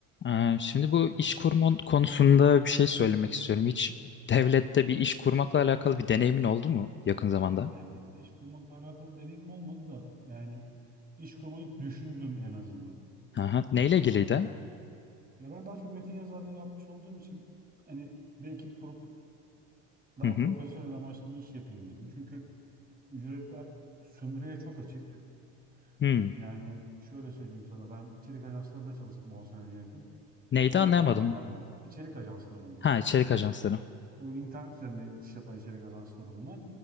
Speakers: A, on the left; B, on the right.
A: Ee, Şimdi bu iş kurma konusunda bir şey söylemek istiyorum. Hiç devlette bir iş kurmakla alakalı bir deneyimin oldu mu yakın zamanda?
B: Devlette iş kurmakla alakalı deneyimim olmadı da yani iş kurmayı düşündüm en azından.
A: Aha. Neyle ilgiliydi?
B: Ha çünkü ya ben daha çok metin yazarlığı yapmış olduğum için hani bir ekip kurup daha
A: Hı hı.
B: profesyonel amaçlı bir iş yapayım dedim. Çünkü ücretler sömürüye çok açık.
A: Hmm.
B: Yani şöyle söyleyeyim sana ben içerik ajanslarında çalıştım 10 seneye yakın.
A: Neydi
B: Çok komik
A: anlayamadım.
B: rakamlar verir. İçerik ajanslarında.
A: Ha içerik ajansları.
B: Bu internet üzerinde iş yapan içerik ajansları bunlar.